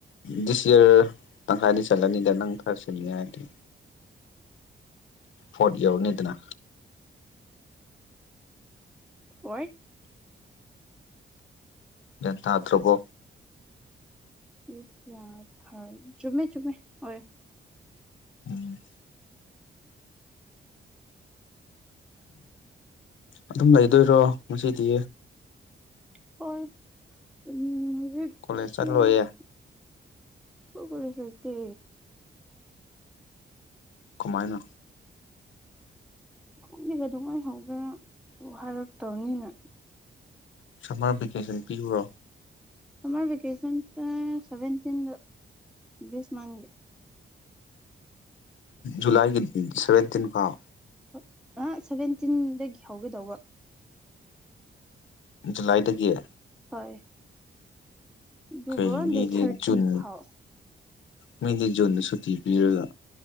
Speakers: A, on the left; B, in the centre.
A: ꯗꯤꯁ ꯌꯔ ꯅꯪ ꯇꯪꯈꯥꯏꯗꯤ ꯆꯜꯂꯥꯅꯤꯗ ꯅꯪ ꯀꯔꯁꯨꯅꯤꯌꯥꯅꯤ꯫ ꯐꫭꯠ ꯌꯧꯔꯅꯤꯗꯅ꯫
B: ꯑꫭꯏꯠ꯫
A: ꯒꯤꯌꯥꯟ ꯇꯥꯗꯥꯔꯕꯔꯣ
B: ꯌꯦ ꯌꯥꯗꯔ ꯆꯨꯝꯃꯦ ꯆꯨꯝꯃꯦ ꯑꯣ
A: ꯎꯝ ꯑꯗꯨꯝ ꯂꯩꯗꯣꯏꯔꯣ ꯉꯁꯤꯗꯤ
B: ꯑꯣ ꯎꯝ
A: ꯀꯣꯂꯦꯖ
B: ꯍꯧꯖꯤꯛꯁꯤ
A: ꯆꯠꯂꯣꯏꯌꯦ
B: ꯑꯩꯈꯣꯏ ꯀꯣꯂꯦꯁ ꯂꯩꯇꯦ
A: ꯀꯃꯥꯏꯅ
B: ꯈꯣꯡꯗꯤꯒ ꯑꯗꯨꯉꯥꯏꯍꯧꯗ꯭ꯔꯁꯨ ꯍꯥꯏꯔꯛꯇꯕꯅꯤꯅ
A: ꯁꯝꯃꯔ ꯚꯦꯀꯦꯁꯟ ꯄꯤꯕ꯭ꯔꯣ
B: ꯁꯃꯥꯏ ꯕꯦꯀꯦꯁꯟꯁ ꯁꯦꯚꯟꯇꯤꯟ ꯗꯁ ꯃꯥꯡꯒꯤ
A: ꯖꯨꯂꯥꯏꯒꯤꯠ ꯁꯚꯦꯟꯇꯤꯟ ꯐꯥꯎ
B: ꯍꯦꯏ ꯑ ꯁꯚꯦꯟꯇꯤꯟꯗꯒꯤ ꯍꯧꯒꯗꯧꯕ
A: ꯖꯨꯂꯥꯏꯗꯒꯤ
B: ꯍꯣꯏ ꯑꯗꯨꯒꯒ
A: ꯀꯩ ꯃꯤꯗꯤ
B: ꯗꯦ ꯊꯔꯇꯤ
A: ꯖꯨꯟ
B: ꯐꯥꯎ
A: ꯃꯤꯗꯤ ꯖꯨꯣꯟꯗ ꯁꯨꯇꯤ ꯄꯤꯔꯒ